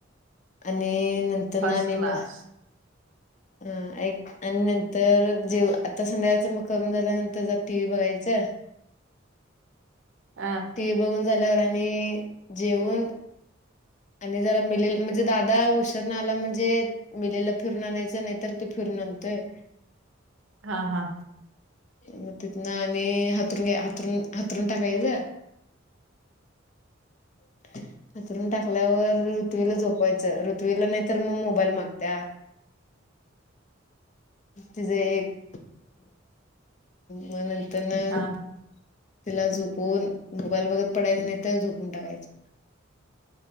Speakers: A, on the left; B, on the right.
A: आणि नंतरन
B: फर्स्ट
A: आणि
B: क्लास
A: म, अम्म ऐक आणि नंतर जेव आता संध्याकाळचं मग करून झाल्यानंतर जर टी व्ही बघायचं.
B: आ.
A: ती बघून झाल्यावर आणि जेऊन आणि जरा मिलील म्हणजे दादा उशेरनं आला म्हणजे मिलेला फिरून आणायचं नाहीतर ते फिरून आणतोय.
B: हा हा.
A: मग तिथनं आणि हातरून घ्या हातरून हातरून टाकायचं. <inaudible> हतरून टाकल्यावर ऋथ्वीला झोपवायचं, ऋथ्वीला नाही तरर मग मोबाईल मागत्या. तिजं एक म नंतरन
B: हा
A: तिला झोपवून मोबाईल बगत पडायचं, नाही तर झोपून टाकायचं.